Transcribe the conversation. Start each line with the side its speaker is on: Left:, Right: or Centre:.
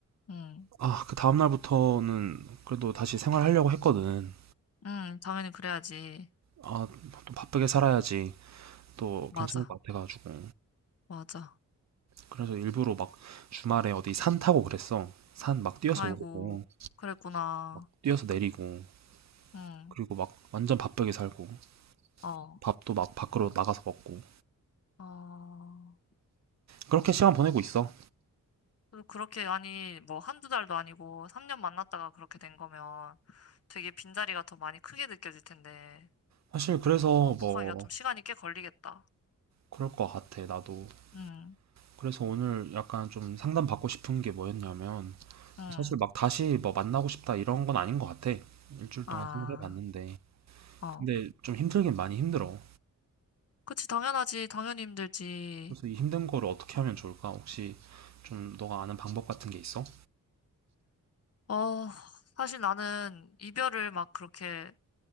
Left: 응,
Right: 아, 그 다음 날부터는 그래도 다시 생활하려고 했거든.
Left: 응, 당연히 그래야지.
Right: 아, 또 바쁘게 살아야지 또
Left: 맞아,
Right: 괜찮을 것 같아가지고
Left: 맞아.
Right: 그래서 일부러 막 주말에 어디 산 타고 그랬어. 산 막 뛰어서
Left: 아이고,
Right: 오르고
Left: 그랬구나.
Right: 막 뛰어서 내리고
Left: 응,
Right: 그리고 막 완전 바쁘게 살고
Left: 어,
Right: 밥도 막 밖으로 나가서 먹고
Left: 어.
Right: 그렇게 시간 보내고 있어.
Left: 그래서 그렇게, 아니, 뭐, 한두 달도 아니고, 3년 만났다가 그렇게 된 거면 되게 빈자리가 더 많이 크게 느껴질 텐데,
Right: 사실 그래서
Left: 극복하기가
Right: 뭐
Left: 좀 시간이 꽤 걸리겠다.
Right: 그럴 것 같아 나도
Left: 응,
Right: 그래서 오늘 약간 좀 상담받고 싶은 게 뭐였냐면,
Left: 응,
Right: 사실 막 다시 뭐 만나고 싶다 이런 건 아닌 것 같아. 일주일
Left: 아,
Right: 동안 생각해봤는데.
Left: 어.
Right: 근데 좀 힘들긴 많이 힘들어.
Left: 그치, 당연하지. 당연히 힘들지.
Right: 그래서 이 힘든 거를 어떻게 하면 좋을까? 혹시 좀 너가 아는 방법 같은 게 있어?
Left: 어, 사실 나는 이별을 막 그렇게